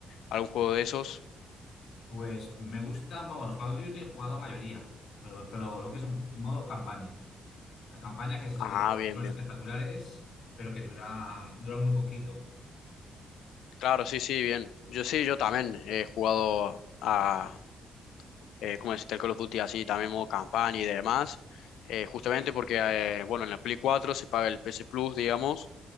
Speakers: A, on the left; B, on the left.
A: algún juego de esos?
B: Pues me gusta, vamos, Call of Duty he jugado la mayoría, pero, pero lo que es modo campaña. La campaña que es, es
A: Ah,
B: que
A: bien,
B: son
A: bien.
B: espectaculares, pero que duran dura muy poquito.
A: Claro, sí, sí, bien. Yo sí, yo también he jugado a, eh, como decirte, el Call of Duty así, también modo campaña y demás, eh, justamente porque, eh, bueno, en la Play 4 se paga el PS Plus, digamos,